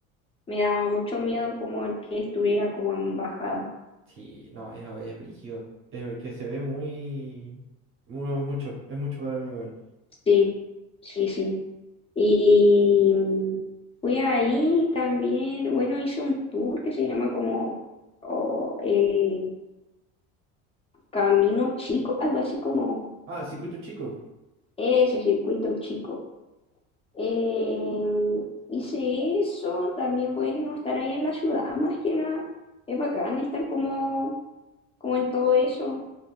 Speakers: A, on the left (about 20°); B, on the right (about 40°).
A: Me daba mucho miedo como el que estuviera como en bajada.
B: Sí, no, es, es brígido. Es que se ve muy... mu- no, es mucho, es mucho para mí, weón.
A: Sí, sí, sí. Y mm, fui ahí también, bueno, hice un tour que se llama como o, eh, Camino Chico, algo así como
B: Ah, circuito chico.
A: ese circuito chico. Eh, hice eso, también bueno, estar ahí en la ciudad, más que nada, es bacán estar como, como en todo eso.